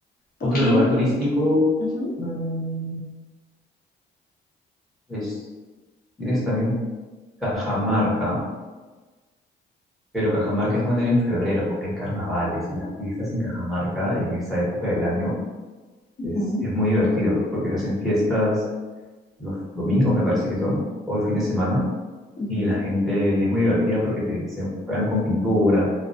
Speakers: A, on the left; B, in the centre.
A: ok.
B: Otro lugar turístico,
A: ujú,
B: mm, pues tienes también Cajamarca, pero Cajamarca es bueno ir en febrero porque hay carnavales y las fiestas en Cajamarca en esa época del año
A: ujú,
B: es, es muy divertido porque se hacen fiestas los domingos, me parece que son, o el fin de semana,
A: ujú,
B: y la gente es muy divertida porque te, se juegan con pintura